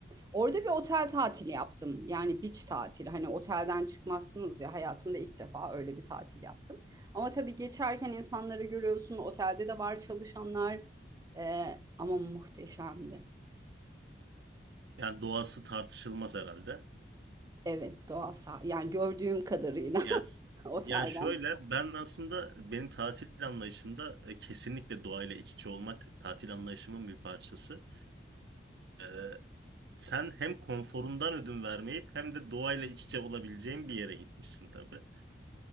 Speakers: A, on the right (about 20°); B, on the right (about 70°).
A: Orada bir otel tatili yaptım. Yani beach tatili. Hani otelden çıkmazsınız ya. Hayatımda ilk defa öyle bir tatil yaptım. Ama tabii geçerken insanları görüyorsun. Otelde de var çalışanlar. Ee, ama muhteşemdi.
B: yani doğası tartışılmaz herhalde.
A: Evet doğal sah- Yani gördüğüm kadarıyla
B: Yani
A: <laughs> otelden.
B: yani şöyle ben aslında benim tatil anlayışımda e, kesinlikle doğayla iç içe olmak tatil anlayışımın bir parçası. Ee, Sen hem konforundan ödün vermeyip hem de doğayla iç içe olabileceğin bir yere gitmişsin tabii.